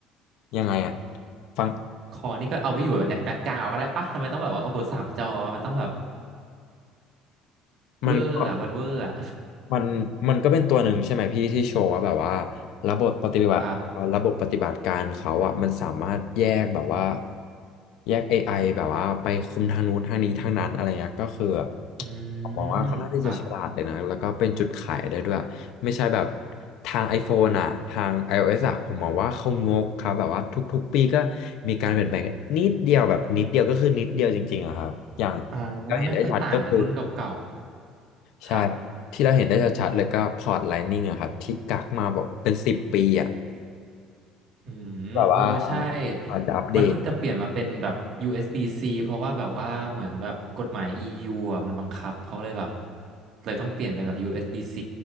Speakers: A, on the left; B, on the right.
A: ยังไงอ่ะฟัง
B: คอนี่ก็เอาไว้อยู่แบบแบ็กกราวด์ก็ได้ปะทำไมต้องแบบว่าโอ้โหสามจอมันต้องแบบเวอร์อะวันเวอร์อะ
A: มันก็ มันมันก็เป็นตัวหนึ่งใช่ไหมพี่ที่โชว์ว่าแบบว่าระบบปฏิบัติเอ่อระบบปฏิบัติการเขาอะมันสามารถแยกแบบว่า
B: <laughs> ครับ
A: แยก AI แบบว่าไปคุมทางนู้นทางนี้ทางนั้นอะไรเงี้ยก็คือ
B: อื
A: ผมมองว่าค่อนข้างที่จะฉลาดเลยนะแล้วก็เป็นจุดขายได้ด้วยไม่ใช่แบบ
B: มครับ
A: ทาง iPhone อะทาง iOS อะผมมองว่าเขางกครับแบบว่าทุกๆปีก็มีการเปลี่ยนแปลงนิดเดียวแบบนิดเดียวก็คือนิดเดียวจริงๆอะครับอย่าง
B: อ่า
A: เราเห็นได้ชัดก็คือ
B: ไม่ค่อยต่างกับรุ่นเก่าๆครับ
A: ใช่ครับที่เราเห็นได้ชัดๆเลยก็พอร์ตไลนิ่งอะครับที่กักมาบอกเป็นสิบปีอะ
B: อืมเออใช่
A: แบบว่าอาจจะอัปเดต
B: มันเพิ่งจะเปลี่ยนมาเป็นแบบ USB-C เอสบี -C เพราะว่าแบบว่าเหมือนแบบกฎหมาย EU อะมันบังคับเขาเลยแบบเลยต้องเปลี่ยนเป็นแบบ USB-C